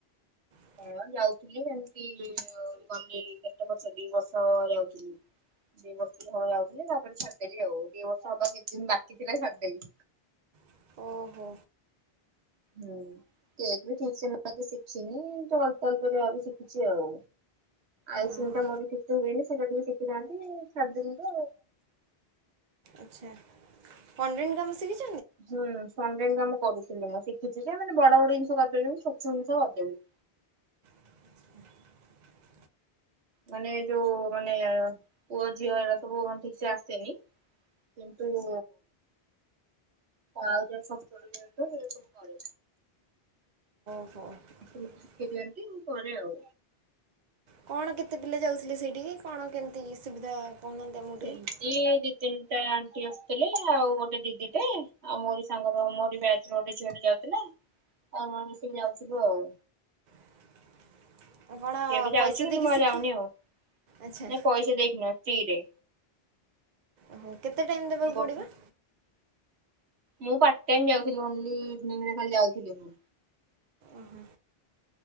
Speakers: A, on the right; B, on the right.
A: ହଁ <inaudible>
B: ହଁ ଯାଉଥିଲି ଏମିତି ଗଲି କେତେ ବର୍ଷ ଦି ବର୍ଷ ଯାଉଥିଲି। ଦି ବର୍ଷ ହବ ଯାଉଥିଲି ତାପରେ ଛାଡିଦେଲି ଆଉ ଦିବର୍ଷ ହବା ଦିଦିନ ବାକି ଥିଲା ଛାଡିଦେଲି।
A: ହ ଓହ।
B: ହୁଁ କେକ ବି ଠିକସେ ମାଆତ ଶିଖିନି। ତ ଅଳ୍ପ ଅଳ୍ପ ଯାହାବି ଶିଖିଛିଆଉ। ଆଇସିଂ
A: ଓହୋ
B: ଟା ମୁଁ ବି ଠିକସେ ହେଇନି ସେଟା ଟିକେ ଶିଖିଥାନ୍ତି ଛାଡି ଦେଲିତ
A: ଆଛା ଫଣ୍ଡ୍ରିଙ୍ଗ କାମ ଶିଖିଛ
B: ହୁଁ ଫଣ୍ଡ୍ରିନ କାମ କରୁଥିଲି ମୁଁ ଶିଖିଛି ଯେ ମାନେ ବଡ ବଡ ଜିନିଷ କରିପାରିବିନି ଛୋଟ ଛୋଟ ଜିନିଷ କରିଦେବି।
A: ହ <inaudible>
B: ମାନେ ଯୋଉ ମାନେ ପୁଅ ଝିଅ ଏଡା ସବୁ ଠିକ ସେ ଆସେନି। କିନ୍ତୁ ଉ ଆଉ ଜା ଛୋଟ ଛୋଟ ଜିନିଷ ସେରା ସବୁ କରେ।
A: ହ।
B: କେମିତି ଶିଖେଇ ଦିଅନ୍ତି ମୁ କରେ ଆଉ।
A: କଣ କେତେ ପିଲା ଯାଉଥିଲେ ସେଇଠିକି କଣ କେମିତି କି ସୁବିଧା? କହୁନାହାନ୍ତି ଆମକୁ
B: ସେମିତି
A: ଟିକେ
B: ଦି ତିନି ଟା। ଆସୁଥିଲେ ଆଉ ଗୋଟେ ଦିଦି ଟେ ଆଉ ମୋରି ସାଙ୍ଗର ମୋରି ବ୍ୟାଚ ର ଗୋଟେ ଝିଅଟେ ଯାଉଥିଲା। ଆଉ ଆମେ ମିସିକି ଯାଉଥିଲୁ ଆଉ।
A: <inaudible>
B: ଏବେ ଯାଉଛି
A: ପଇସା
B: କିନ୍ତୁ
A: ଦେଇକି
B: ମୁଁ
A: ଶିଖ
B: ଆଉ ଯାଉନି ଆଉ ନାଇ
A: ଆଚ୍ଛା
B: ପଇସା ଦେଇକି ନୁହେ ଫ୍ରିରେ।
A: ଓହୋ କେତେ ଟାଇମ ଦେବାକୁ
B: ଗୋ
A: ପଡିବ?
B: ମୁଁ ପାଟ ଟାଇମ ଯାଉଥିଲି ଓନଲି ଇଭିନିଙ୍ଗ ରେ ଖାଲି ଯାଉଥିଲି ମୁଁ।
A: ଓହୋ।